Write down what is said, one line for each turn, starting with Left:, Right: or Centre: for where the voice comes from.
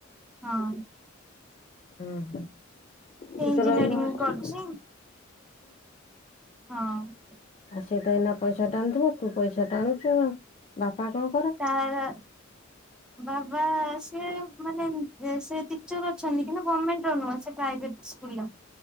Centre: ହଁ।
Left: ଅଁ ହ
Centre: ସେ
Left: ତୁ
Centre: ଇଞ୍ଜିନିୟରିଂ
Left: ତ ରହିଲୁ ହଷ୍ଟେଲ୍
Centre: କରୁଛି
Left: ହଁ?
Centre: ହଁ।
Left: ଆଉ ସିଏ ତ ଏଇନା ପଇସା ଟାଣୁଥିବା ତୁ ପଇସା ଟାଣୁଛୁ ଆଉ ବାପା କ
Centre: ତାର ବାବା ସିଏ ମାନେ ଏ ସେ ଟିଚର ଅଛନ୍ତି କିନ୍ତୁ ଗଭର୍ଣମେଣ୍ଟ ର ନୁହଁ ସେ ପ୍ରାଇଭେଟ ସ୍କୁଲ ର।